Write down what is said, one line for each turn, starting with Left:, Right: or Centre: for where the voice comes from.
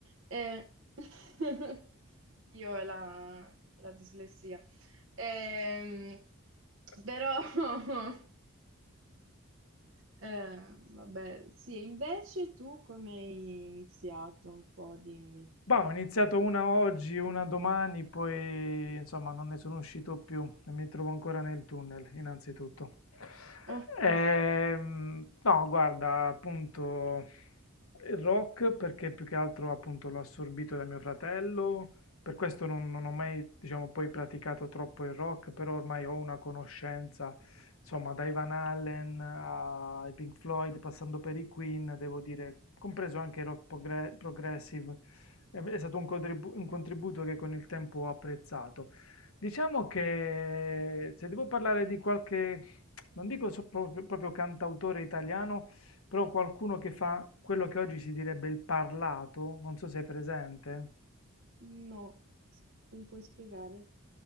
Right: Eh, <laughs> io e la, la dislessia. Ehm,
Left: Eh.
Right: però, <laughs> eh, vabbè, sì, invece tu come hai iniziato? Un po', dimmi.
Left: Bah, ho iniziato una oggi, una domani, poi insomma non ne sono uscito più e mi trovo ancora nel tunnel, innanzitutto.
Right: Ah,
Left: Ehm,
Right: quello.
Left: no, guarda, appunto il rock perché più che altro appunto l'ho assorbito da mio fratello, per questo non, non ho mai, diciamo, poi praticato troppo il rock, però ormai ho una conoscenza, insomma, dai Van Halen ai Pink Floyd, passando per i Queen, devo dire, compreso anche il rock progre- progressive. È è stato un contribu- un contributo che con il tempo ho apprezzato. Diciamo che se devo parlare di qualche, non dico so- proprio, proprio cantautore italiano, però qualcuno che fa quello che oggi si direbbe il parlato, non so se è presente,
Right: No, S- mi puoi spiegare?